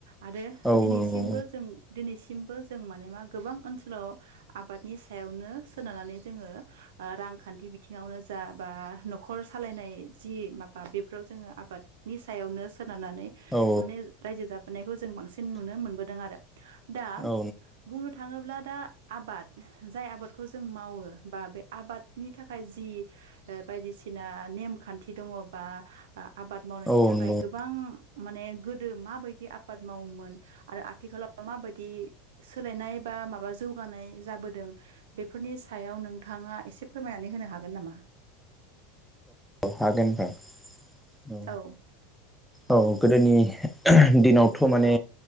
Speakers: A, on the right; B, in the centre.
A: आरो
B: औ
A: दिनैसिमबो
B: नंगौ
A: दिनैसिमबो जों माने मा गोबां ओनसोलाव आबादनि सायावनो सोनारनानै जोङो रांखान्थि बिथिङावनो जा बा न'खर सालायनाय जि माबा बेफोराव जोङो आबादनि सायावनो खोनानानै
B: औ
A: माने रायजो जाबोनायखौ जों बांसिन नुनो मोनबोदों आरो। दा
B: औ
A: बुंनो थाङो ब्ला दा आबाद जाय आबादखौ जों मावो बा बे आबादनि थाखाय जि बायदिसिना नेमखान्थि दङ बा आबाद मावनायनि
B: नंगौ
A: थाखाय गोबां माने गोदो माबायदि आबाद मावोमोन आरो आथिखालाव मााबायदि सोलायनाय बा माबा जौगानाय जाबोदों बेफोरनि सायाव नोंथाङा एसे फोरमायनानै होनो हागोन नामा?
B: औ हागोन नोंथां।
A: औ
B: औ औ गोदोनि दिनावथ' माने
A: औ